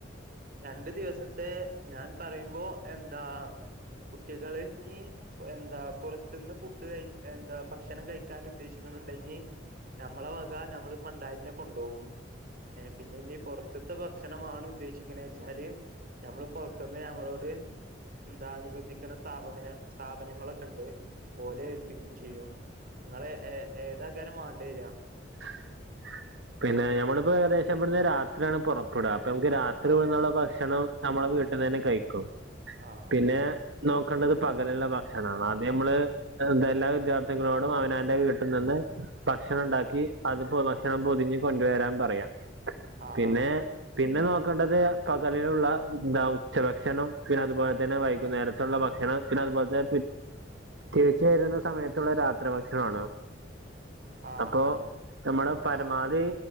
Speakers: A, on the right; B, on the right.
A: രണ്ടു ദിവസത്തെ ഞാൻ പറയുമ്പോ എന്താ കുട്ടികള് നീ എന്താ പുറത്തുന്ന് ഫുഡ് കഴ എന്താ ഭക്ഷണം കഴിക്കാന ഉദ്ദേശിക്കുന്നു ഉണ്ടെങ്കി നമ്മളെ വക നമ്മള് പണ്ടായിരനെ കൊണ്ടുപോകും പിന്നെ ഇീ പുറത്തത്തെ ഭക്ഷണ ആമാണ് ഉദ്ദേശിക്ക- എ വെച്ചാല് നഞമ്മള് പുറത്തുന്ന് നഞമ്മളോട്- എന്ത അനുബന്ധിക്കുന്ന സ്ഥാപ സ്ഥാപനങ്ങളൊക്കെണ്ട് പോലെ ഏൽപിക്കും ചെയ്യും നിങ്ങള് ഏതാക്കാരും വേണ്ടി വരിയാ
B: <inaudible> പിന്നെ ഞമ്മളിപ്പോ ഏകദേശം ഇവിടുന്ന് രാത്രിയാണ് പുറപ്പെടുക അപ്പൊ നമുക്ക് രാത്രി
A: ആഹ്
B: വന്നള്ള ഭക്ഷണം നമ്മളെ വീട്ടിൽന്ന് തന്നെ കഴിക്കും
A: ആഹ്
B: പിന്നെ
A: ആഹ്
B: നോക്കേണ്ടത് പകലുള്ള ഭക്ഷണണംണ് അദ്യ നമ്മള് എല്ലാ വിദ്യാർത്ഥികളോടും അവന അവ്ന്റെ വീട്ടിൽ നിന്ന്- ഭക്ഷണം ഉണ്ടാക്കി അത് ഭക്ഷണം പൊതിഞ്ഞ് കൊണ്ട വരാൻ പറയാം
A: ആഹ്
B: പിന്നെ
A: ആഹ് അങ്ങനെ
B: പിന്നെ നോക്ക- നോക്കണ്ടത് പകലിലുള്ള എന്താ ഉച്ചഭക്ഷണം പിന്നെ അതുപോലെ തന്നെ വൈകുന്നേരത്തുള്ള ഭക്ഷണം പിന്നെ അതുപോലെ തിരിച്ച വരുന്ന സമയത്തുള്ള രാത്രി ഭക്ഷണമാണ്
A: ആഹ്
B: അപ്പൊ
A: അങ്ങ
B: നമ്മടെ പരമാവധി
A: ആഹ് ആഹ്